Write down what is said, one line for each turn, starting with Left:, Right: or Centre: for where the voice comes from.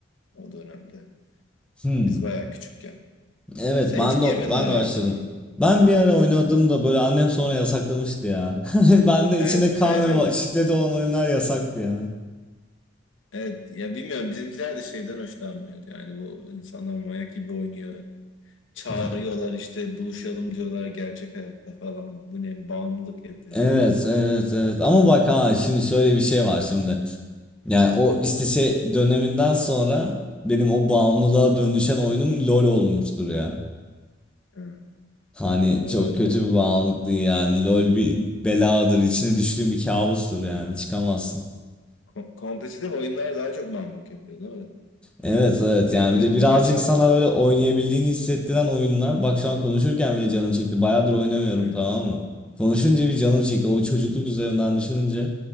Left: o dönemde.
Centre: Hmm.
Left: Biz bayağı küçükken.
Centre: Evet
Left: Sen
Centre: ben
Left: hiç girmedin
Centre: de ben
Left: herhalde
Centre: de başladım.
Left: ona.
Centre: Ben bir ara oynadım da böyle annem sonra yasaklamıştı ya. <laughs> Ben de
Left: Evet,
Centre: içinde kan
Left: evet,
Centre: ve va-
Left: evet.
Centre: şiddet olan oyunlar yasaktı ya.
Left: Evet, ya bilmiyorum bizimkiler de şeyden hoşlanmıyor. Yani bu insanlar manyak gibi oynuyor. Çağırıyorlar
Centre: <laughs>
Left: işte buluşalım diyorlar gerçek hayatta falan. Bu ne bağımlılık yapıyor
Centre: Evet
Left: gibi.
Centre: evet evet ama bak ha şimdi şöyle bir şey var şimdi. Yani o işte şey döneminden sonra benim o bağımlılığa dönüşen oyunum LoL olmuştur ya.
Left: Hı.
Centre: Hani
Left: Sonra
Centre: çok
Left: LoL'de
Centre: kötü bir bağımlılıktı yani. LoL bir beladır, içine düştüğüm bir kabustur yani. Çıkamazsın.
Left: ko- kompetitif oyunlar daha çok bağımlılık yapıyor değil mi?
Centre: Evet evet
Left: Yani
Centre: yani
Left: böyle
Centre: bir de birazcık
Left: bir maç attın.
Centre: sana böyle oynayabildiğini hissettiren oyunlar. Bak şu an konuşurken bile canım çekti. Bayağıdır oynamıyorum
Left: Evet.
Centre: tamam mı? Konuşunca bir canım çekti. O çocukluk üzerinden düşününce